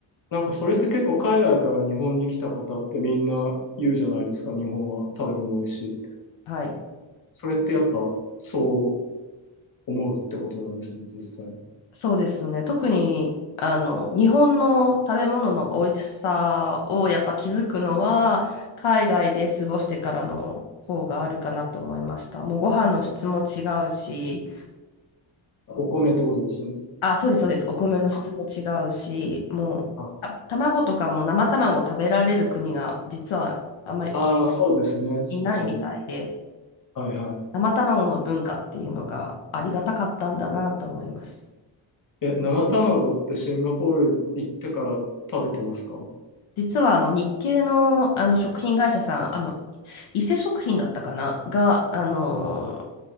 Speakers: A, on the left (about 40°); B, on the left (about 75°).
A: なんかそれって結構海外から日本に来た方ってみんな言うじゃないですか、日本は食べ物美味しいって。
B: はい。
A: それってやっぱそう思うってことなんですね、実際に。
B: そうですね。特に、あの、日本の食べ物の美味しさをやっぱ気づくのは、海外で過ごしてからの方があるかなと思いました。もうご飯の質も違うし、
A: お米ってことですよね。
B: あ、そうです、そうです。お米の質も違うし、
A: あ
B: もう、
A: あ、
B: あ卵とかも生卵食べられる国が実はあんまり
A: あーそうですね。そうですよね。
B: いないみたいで、
A: はいは
B: 生卵の文化っていうのがありがたかったんだなと思います。
A: い。え、生卵ってシンガポール行ってから食べてますか
B: 実はあの日系の、あの食品会社さん、あの伊勢食品だったかな、が、あの